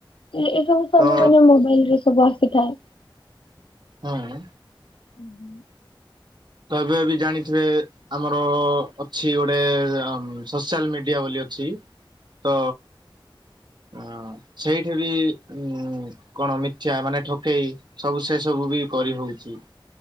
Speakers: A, on the left; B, on the right.
A: ଏ ସବୁ ସବୁ
B: ତ
A: ମାନେ ମୋବାଇଲ ରେ ସବୁ ଆସିଥାଏ।
B: ହୁଁ।
A: ହୁଁଁ।
B: ତ ଏବେ ଏବେ ଜାଣିଥିବେ ଆମର ଅଛି ଗୋଟେ ସୋସିଆଲ ମିଡିଆ ବୋଲି ଅଛି। ତ ଅଁ ସେଇଠି ବି ଉ କଣ ମିଥ୍ୟା ମାନେ ଠକେଇ ସବୁ ସେ ସବୁ ବି କରି ହଉଛି।